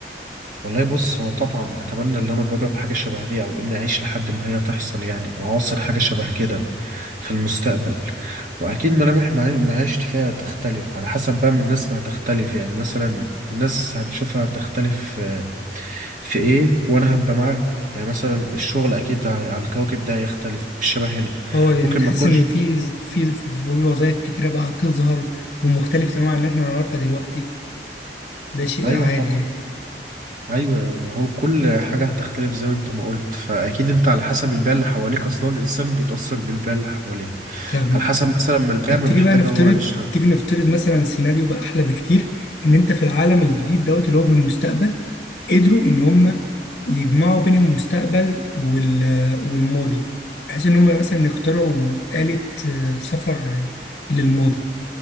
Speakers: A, on the right; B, on the left.
A: والله بص هو طبعا اتمنى ان انا اجرب حاجه شبه دي او اني اعيش لحد ما هي تحصل يعني اعاصر حاجه شبه كده في المستقبل واكيد ملامح معي- معيشتي فيها تختلف على حسب بقى من الناس ما هتختلف يعني مثلا الناس هتشوفها تختلف في في ايه وانا هبقى معاها يعني مثلا الشغل اكيد ع- على الكوكب ده يختلف مش شبه هنا
B: اه يعني
A: ممكن
B: تحس
A: ما تكونش
B: ان في في في وظائف كتيره بقى هتظهر ومختلف تماما عن اللي احنا نعرفها دلوقتي ده شيء
A: ايوه
B: عادي
A: طبعا
B: يعني
A: ايوه ما هو كل حاجه هتختلف زي ما انت ما قلت فاكيد انت على حسب البيئه اللي حواليك اصلا الانسان بيتاثر بالبيئه اللي حواليه
B: طب
A: على حسب مثلا ما البيئه
B: طب
A: ما
B: تيجي
A: محتاجه
B: بقى نفترض
A: هو يشتغل
B: تيجي نفترض مثلا سيناريو بقى احلى بكتير ان انت في العالم الجديد دوت اللي هو في المستقبل قدروا ان هم يجمعوا بين المستقبل وال والماضي بحيث ان هم مثلا يخترعوا آلة آه، سفر للماضي